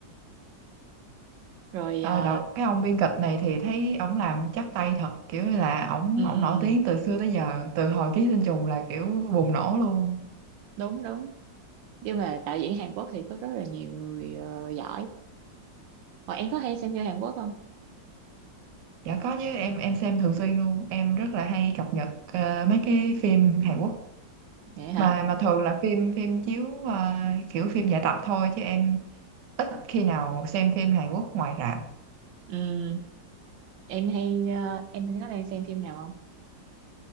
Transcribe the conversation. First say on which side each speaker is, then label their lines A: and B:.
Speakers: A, on the right; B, on the right.
A: rồi
B: Ờ,
A: à,
B: đạo, cái ông biên kịch này thì thấy ổng làm chắc tay thật kiểu như là ổng
A: ừm,
B: ổng nổi tiếng từ xưa tới giờ từ hồi Ký Sinh Trùng là kiểu bùng nổ luôn
A: đúng đúng nhưng mà đạo diễn Hàn Quốc thì có rất là nhiều người ờ, giỏi còn em có hay xem phim Hàn Quốc không
B: dạ có chứ em em xem thường xuyên luôn em rất là hay cập nhật ờ, mấy cái phim Hàn Quốc
A: vậy hả
B: mà mà thường là phim phim chiếu à, kiểu phim giải tập thôi chứ em ít khi nào xem phim Hàn Quốc ngoài rạp
A: Ừm, em hay ờ, em có đang xem phim nào không